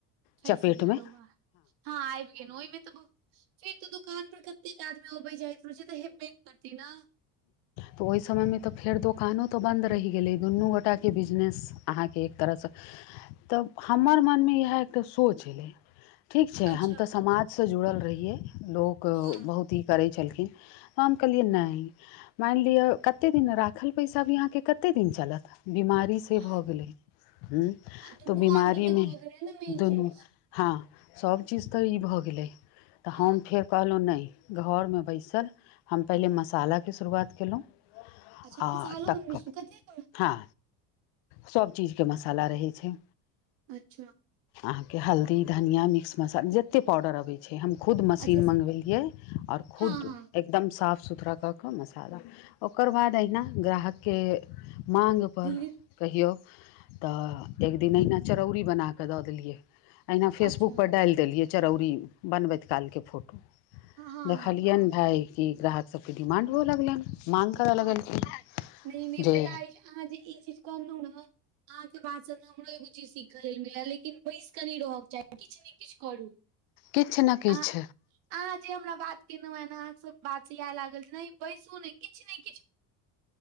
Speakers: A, on the right (about 75°); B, on the left (about 70°).
A: फैस
B: चपेटमे
A: गेलो हँ आबि गेलहु ओहिमे तऽ फेर तऽ दुकान पर कतेक आदमी अबे जाइत रहय छै तऽ हेबे करतै न
B: तऽ ओर समय में तऽ फेर दोकानो तऽ बन्द रहि गेलै दुनू गोटा केँ बिजनेस अहाँकेँ एक तरहसँ तऽ हमर मनमे इएह एकटा सोच एलै ठीक छाय
A: अच्छा
B: हम तऽ समाजसँ जुड़ल रहियै लोक
A: हँ
B: बहुत ही करै छलखिन हम कहलियए नय माइन लिअ कते दिन राखल पैसा भी अहां के कते दिन चलत बीमारी से
A: कहाँ
B: भऽ गेलै हूँ
A: दुनू
B: तऽ ओ बीमारी
A: आदमी के
B: मे
A: भऽ गेलै ने मेन
B: दुनू
A: चीज
B: हां सब चीज तऽ ई भए गेलै तऽ हम
A: हँ
B: फेर कहलौ नै घर मे बैसल हम पहिले मसालाके शुरुआत केलौ
A: अच्छा
B: आ
A: मसालो
B: तक
A: बनबै छी कतेक
B: हँ सब चीजके मसाला रहै छै
A: अच्छा
B: अहाँ के हल्दी धनिया मिक्स मसाला जेते पाउडर अबैय हम खुद मशीन
A: अच्छा
B: मँगबेलियै आओर खुद
A: हँ हँ
B: दम साफ सुथरा कऽ कऽ मसाला ओकर बाद अहिना ग्राहक के माँग पर
A: धीरे
B: कहियौ तऽ एक दिन अहिना चरौरी बना कऽ दऽ देलियै अहिना फेसबुक
A: अच्छा
B: पर डाइल देलियै चरौरी बनबैत कालके फोटो
A: हँ हँ
B: देखलियैन भाय कि ग्राहक सबके डिमांड हुअ लगलैन मांग कर
A: हँ
B: लगलखिन
A: नहि नहि
B: जे
A: पता अछि अहाँ जे ई चीज कहनु न अहाँके बातसँ न हमरो ई बुची सीखऽ लला लेकिन बैस कनै रहऽके चाही किछु ने किछु करू
B: किछ न किछ
A: अहाँ अहाँ जे हमरा बात केेनु हँ न अहाँ सब बात एह लागल जे बैसू नै किछ नै